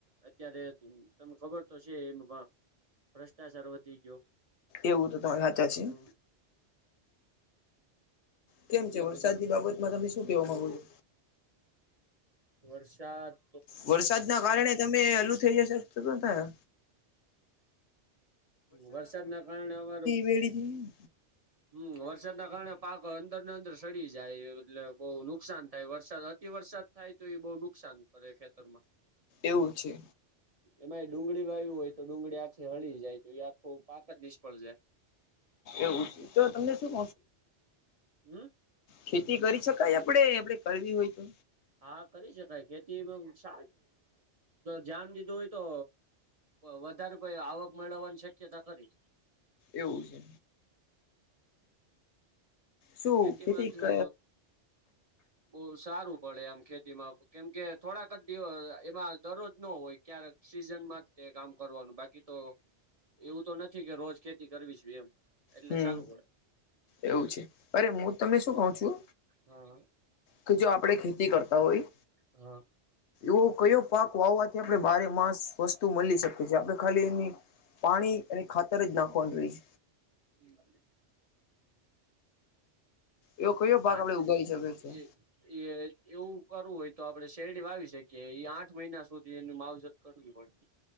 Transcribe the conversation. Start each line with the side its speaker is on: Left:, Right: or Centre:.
Right: અત્યારે તમને ખબર તો છે એમ પણ ભ્રષ્ટાચાર વધી ગયો
Left: એવું તો તમારી સાચા છેી
Right: હમ
Left: કેમ
Right: એટલે
Left: છે વરસાદી
Right: પછી
Left: બાબતમાં તમે શું કેવા માંગુ છો
Right: વર્ષાત
Left: વરસાદ ના કારણે તમે અલું થઈ જશે થાય
Right: વરસાદ ના કારણે અમાર
Left: વેડી થઈ
Right: હમ વરસાદના કારણે પાક અંદર ને અંદર સડી જાય એટલે બહુ નુકસાન થાય વરસાદ અતિ વરસાદ થાય તો એ બહુ નુકસાન નકાન કરે ખેતર માં
Left: એવું છે
Right: એમાં એ ડુંગળી વાય્યું હોય તો ડુંગળી આખે હળી જાય તો એ આખો પાક જ નિષ્ફળ જાય
Left: એવું તો તમને શું
Right: હમ
Left: કહચું કરી શકાય આપણે આપે કરવી હોય તો
Right: હા કરી શકાય ખેતીમાં શ ધ્યાન દીધું હોય તો વધારે પ આવક મેળવવાની શક્યતા ખરી
Left: એવું છે શું
Right: ખેતીમાં
Left: ખેતી
Right: જો
Left: ક
Right: બહ સારું પડે આમ ખેતીમાં કેમ કે થોડાક જ દિવસ એમાં દરરોજ ન હોય ક્યારે સીઝનમાં તે કામ કરવાનું બાકી તો એવું તો નથી કે રોજ ખેતી કરવી છે એમ એટલે
Left: હમ
Right: સારું પડે
Left: એવું છે અરે હું તમને શું કઉ છું
Right: હા
Left: કે જો આપણે ખેતી કરતા હોય
Right: હા
Left: તો કયો પાક વાવવાથી આપણે બારે માસ વસ્તુ મળી શકીએ છેએ આપડણે ખાલી એની પાણી અને ખાતર જ નાખવાનું રહી
Right: એ વા
Left: એવો કયો પાક
Right: પાંચ
Left: આપણે ઉગાડી
Right: મિનિટ
Left: શકીએ છે
Right: એ એ એવું કરવું હોય તો આપણે શેલડી વાવી શકી એ આઠ મહિના સુધી એની માવજત કરવી પડે